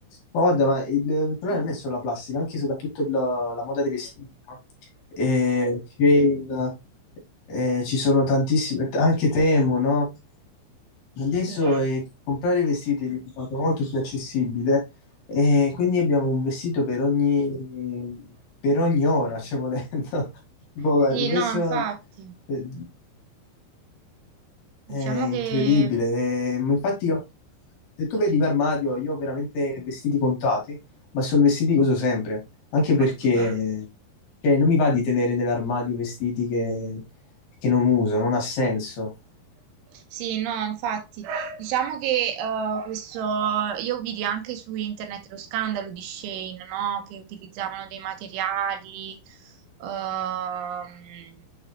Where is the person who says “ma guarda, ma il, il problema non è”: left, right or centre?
Left